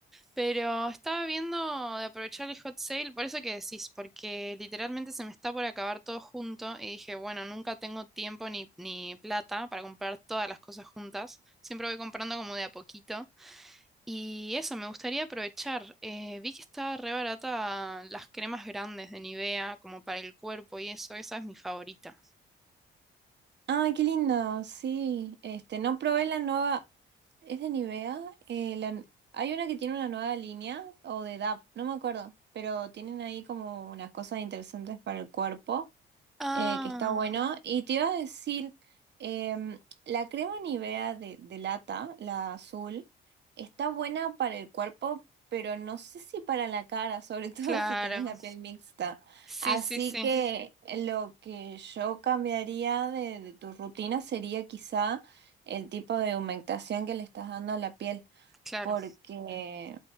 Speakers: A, in the centre; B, on the right.
A: Pero estaba viendo de aprovechar el hot sale, por eso que decís, porque literalmente se me está por acabar todo junto y dije, bueno, nunca tengo tiempo ni, ni plata para comprar todas las cosas juntas. Siempre voy comprando como de a poquito. Y eso, me gustaría aprovechar. eh, vi que está re barata las cremas grandes de Nivea, como para el cuerpo y eso, esa es mi favorita.
B: Ay, qué lindo, sí. Este, no probé la nueva, es de Nivea. Eh, la- hay una que tiene una nueva línea, o de DAP, no me acuerdo, pero tienen ahí como unas cosas interesantes para el cuerpo.
A: Ah,
B: eh, que está bueno. Y te iba a decir, em, la crema Nivea de, de lata, la azul, está buena para el cuerpo, pero no sé si para la cara, sobre <laughs> todo
A: claro.
B: si tenés la piel mixta.
A: Sí,
B: Así
A: sí, sí,
B: que lo que yo cambiaría de, de tu rutina sería quizá el tipo de humectación que le estás dando a la piel
A: claro.
B: porque,